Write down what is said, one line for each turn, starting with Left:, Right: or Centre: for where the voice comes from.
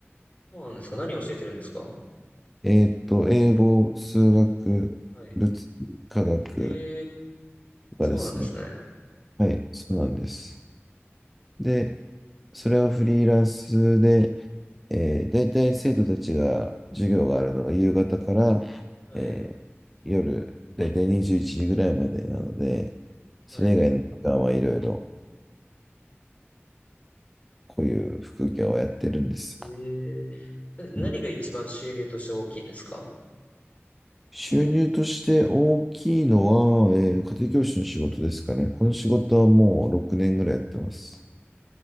Left: そうなんですか何を教えてるんですか
Centre: えっと、英語、数学、
Left: はい。
Centre: 物理、科学
Left: ええ、
Centre: とかですね。
Left: そうなんですね。
Centre: はい、そうなんです。で、それをフリーランスで、えー、大体生徒たちが授業があるのが夕方から、
Left: はい。
Centre: えー夜、大体21時ぐらいまでなので、それ以外の時間はいろいろ
Left: はい。
Centre: こういう副業をやってるんです。
Left: ええ、な何が一番収入として大きいんですか
Centre: うん収入として大きいのは、えー家庭教師の仕事ですかね。この仕事はもう6年ぐらいやってます。